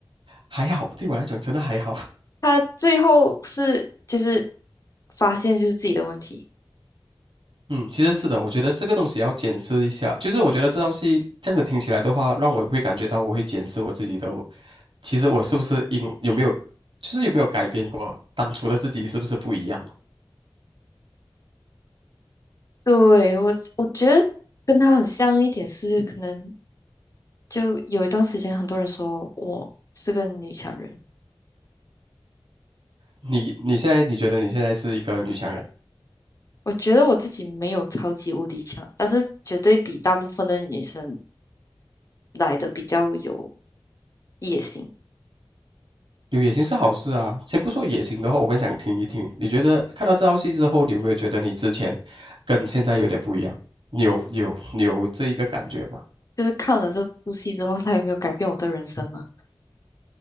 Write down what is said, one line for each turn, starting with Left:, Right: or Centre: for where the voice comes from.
Right: 还好，对我来讲真的还好。
Left: 他最后是就是发现就是自己的问题。
Right: 嗯，其实是的，我觉得这个东西要检视一下。就是我觉得这道戏这样子听起来的话，让我会感觉到我会检视我自己的我其实我是不是因有没有，就是有没有改变过当初的自己是不是不一样？
Left: 对，我我觉得跟他很像一点是，可能就有一段时间很多人说我是个女强人。
Right: 你你现在你觉得你现在是一个女强人，
Left: 我觉得我自己没有超级无敌强，但是绝对比大部分的女生来的比较有野心。
Right: 有野心是好事啊。先不说野心的话，我更想听一听，你觉得看到这道戏之后，你有没有觉得你之前跟现在有点不一样？你有有你有这一个感觉吗？
Left: 就是看了这部戏之后，它有没有改变我的人生吗？